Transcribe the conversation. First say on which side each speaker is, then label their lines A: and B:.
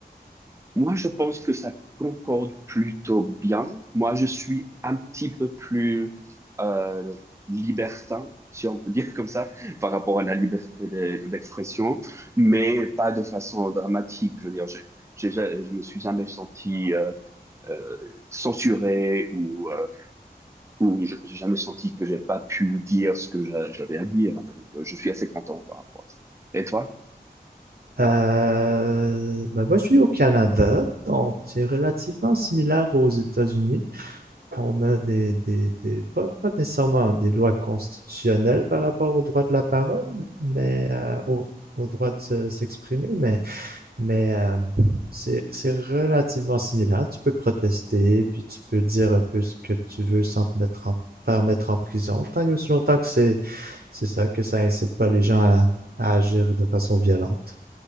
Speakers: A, on the right; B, on the right.
A: moi, je pense que ça concorde plutôt bien. Moi, je suis un petit peu plus euh, libertin, si on peut dire comme ça, par rapport à la liberté de- d'expression, mais pas de façon dramatique. Je veux dire, j'ai, j'ai ja- je me suis jamais senti euh, euh, censuré ou euh, où je- j'ai jamais senti que j'ai pas pu dire ce que j'a- j'avais à dire. Donc, euh, je suis assez content par rapport à ça. Et toi?
B: Euh, ben moi, je suis au Canada, donc c'est relativement similaire aux États-Unis. on a des, des, des pas, pas nécessairement des lois constitutionnelles par rapport au droit de la parole, mais euh, au, au droit de s'exprimer, mais, mais euh, c'est relativement similaire. Tu peux protester, puis tu peux dire un peu ce que tu veux sans te mettre en, faire mettre en prison, tant et aussi longtemps que c'est ça, que ça incite pas les gens à, à agir de façon violente.